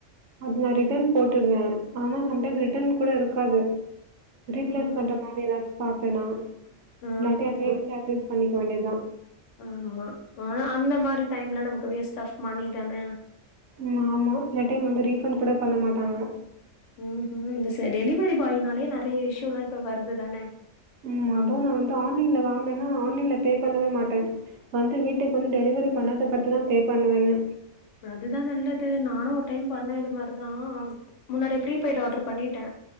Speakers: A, on the right; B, on the left.
A: அது நா ரிட்டன் போட்டுடுவே ஆனா சம்டைம் ரிட்டன் கூட இருக்காது ரீப்ளேஸ்
B: ம்
A: பண்ற மாதி எதாச்சு பாப்பே நா
B: ஆ
A: இல்லாட்டி அதுவே வச்சு அட்ஜஸ் பண்ணிக்க வேண்டிதா
B: ஆமா ஆனா அந்த மாரி டைம்ல நமக்கு வேஸ்ட் ஆஃப் மணி தான
A: ம் ஆமா சிலட்டைம் வந்து ரீஃபண்ட் கூட பண்ண மாட்டாங்க
B: ம் ஹும் இந்த ச டெலிவெரி பாய்னாலே நறைய இஷூலா இப்ப வருது தான
A: ம் அதுவு நா வந்து ஆன்லைன்ல வாங்குனன்னா ஆன்லைன்ல பே பண்ணவே மாட்ட வந்து வீட்டுக்கு வந்து டெலிவரி பண்ணாதுக்கடுத்துதா பே பண்ணுவேனு
B: அதுதா நல்லது நானு ஒரு டைம் பண்ண இது மாரிதா முன்னாடி ப்ரீபெய்டு ஆட்ரு பண்ணிட்டே